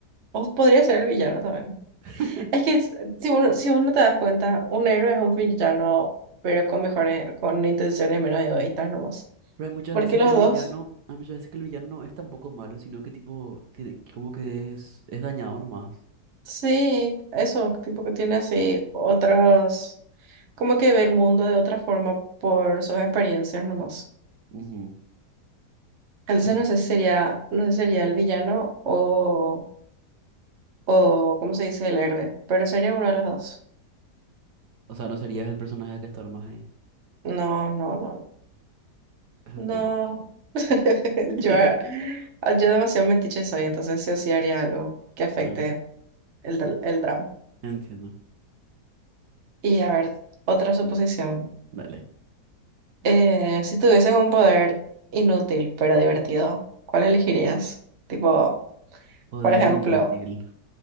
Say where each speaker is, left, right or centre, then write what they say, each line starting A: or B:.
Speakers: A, on the right (about 45°); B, on the right (about 75°).
A: O podría ser el villano también.
B: <laughs>
A: Es que s- si uno, si uno te das cuenta, un héroe es un villano, pero con mejores, con intenciones menos egoístas nomás.
B: Pero hay muchas
A: Porque
B: veces
A: los
B: que el
A: dos,
B: villano, hay muchas veces que el villano no es tampoco malo, sino que tipo, tiene, que como que es, es dañado nomás.
A: sí, eso, tipo que tiene así otros, como que ve el mundo de otra forma por sus experiencias nomás.
B: Ujú,
A: Entonces
B: exacto.
A: no sé si sería, no sé si sería el villano o, o, ¿cómo se dice? El héroe, pero sería uno de los dos.
B: O sea, no serías el personaje que está nomás ahí.
A: No, no, no, No,
B: Ok.
A: <laughs>
B: <laughs>
A: yo, a- a- yo demasiado metiche soy, entonces sí o sí haría algo que afecte
B: Ah,
A: el, dra- el drama.
B: entiendo.
A: Y a ver, otra suposición.
B: Dale.
A: Eh, si tuvieses un poder inútil pero divertido, ¿cuál elegirías? Tipo,
B: Poder
A: por ejemplo,
B: inútil.